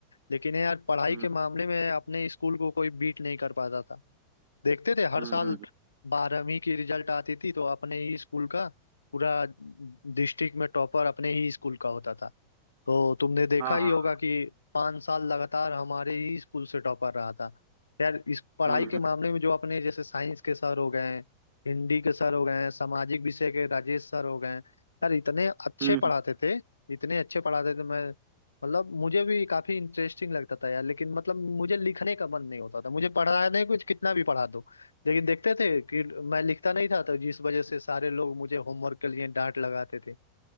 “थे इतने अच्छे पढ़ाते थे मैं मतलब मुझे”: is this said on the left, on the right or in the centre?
Left